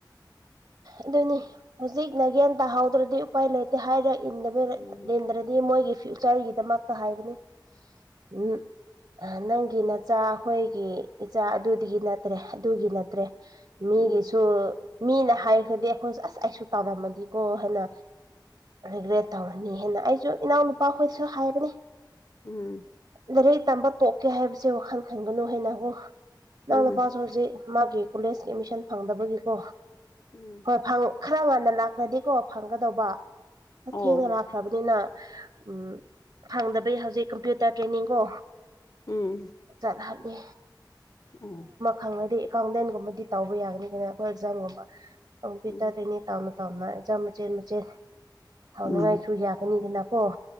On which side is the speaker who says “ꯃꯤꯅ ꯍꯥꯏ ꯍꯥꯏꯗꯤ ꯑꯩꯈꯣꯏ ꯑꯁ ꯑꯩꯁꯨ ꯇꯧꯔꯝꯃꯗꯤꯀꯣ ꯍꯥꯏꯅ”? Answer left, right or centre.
Right